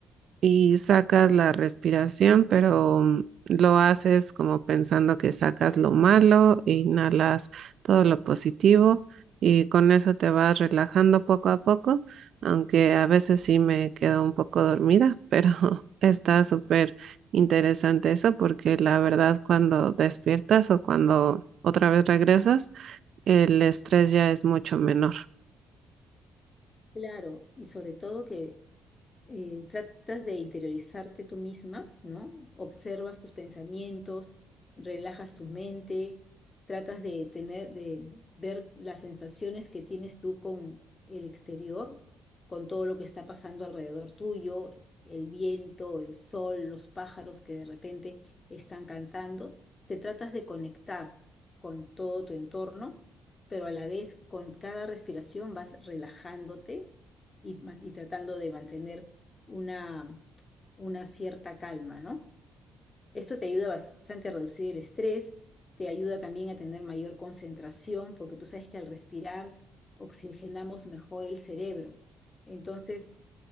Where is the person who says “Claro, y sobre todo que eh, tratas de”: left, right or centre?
Left